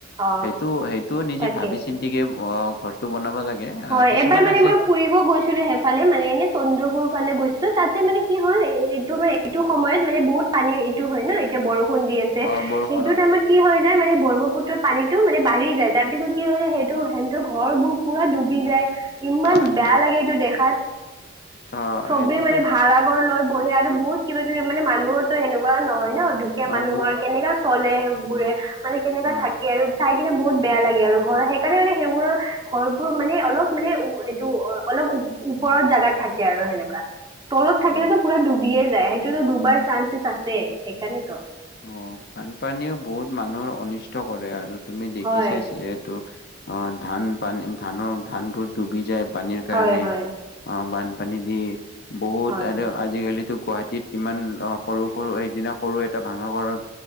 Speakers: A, on the right (about 20°); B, on the left (about 50°).
A: অ
B: সেইটো, সেইটো নিজে
A: তাকে
B: ভাবি চিন্তিকে অ' ঘৰটো বনাব লাগে। আহ
A: হয়
B: কিছুমান
A: এবাৰ মানে
B: আছে
A: মই ফুৰিব গৈছিলো সেইফালে মানে এনে চন্দ্ৰপুৰ ফালে গৈছি লো তাতে মানে কি হ 'ল এইটো মানে এইটো সময়ত মানে বহুত পানী এইটো হয় ন। এতিয়া বৰষুণ দি আছে
B: অ', বৰষুণ
A: সেইটো
B: হয়
A: টাইমত কি হয় নাই মানে ব্ৰহ্মপুত্ৰত পানীটো মানে বাঢ়ি যায়। তাৰ পিছত কি হয় সেইটো সিহতৰ ঘৰবোৰ পোৰা ডুবি যায়। ইমান
B: অ',
A: বেয়া লাগে এইটো দেখাত।
B: অ',
A: চবেই
B: সেইটোতো
A: মানে ভাড়া ঘৰৰ লয়। বহে আৰু বহুত কিবা কিবি মানে মানুহৰ টো এনেকোৱা নহয় ন'। দুখীয়া মানুহৰ
B: অ', ব
A: কেনেকা চলে। বোৰে মানে কেনেকুৱা
B: অ',
A: থাকে আৰু চাই দেখিলে বহুত বেয়া লাগে আৰু ঘৰ। সেইকাৰণে মানে সেইবোৰৰ ঘৰ মানে অলপ মানে উ এইটো অ অলপ ওপৰত জেগাত থাকে আৰু সেনেকুৱা। তলত থাকিলে
B: অ'।
A: টো পুৰা ডুবিয়ে যায় সেই এইটো টো ডুবাৰ চান্সেছ আছে, সেইকাৰণে তো
B: অ', বানপানীও বহুত মানুহৰ অনিষ্ট কৰে, আৰু। তুমি দেখি
A: হয়
B: চাই চাগে এইটো। অ'ধান পানী ধানৰ ধানবোৰ ডুবি যায়। পানীৰ
A: হয়
B: কাৰণে
A: হয়
B: অ, বান পানী দি বহুত
A: হয়
B: আৰু আজিকালিতো গুৱাহাটীত কিমান সৰু-সৰু এদিনা সৰু এ এটা ভাঙাগড়ত